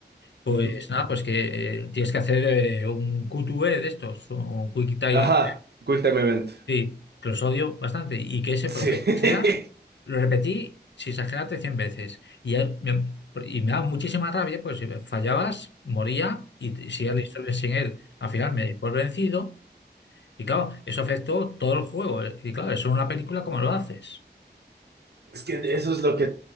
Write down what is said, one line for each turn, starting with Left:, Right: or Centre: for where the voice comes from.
Left: pues
Right: Ujú.
Left: nada, pues que eh, tienes que hacer eh, un QTE de estos, un Quick Time.
Right: Ajá, Quick Time Event.
Left: Sí, que los odio bastante y que ese,
Right: Sí.
Left: por lo que
Right: <laughs>
Left: sea, lo repetí sin exagerarte 100 veces. Y, eh, me, y me daba muchísima rabia, pues si fallabas, moría y t- si era la historia sin él. Al final me di por vencido y claro, eso afectó todo el juego. Y claro, eso en una película, ¿cómo lo haces?
Right: Es que eso es lo que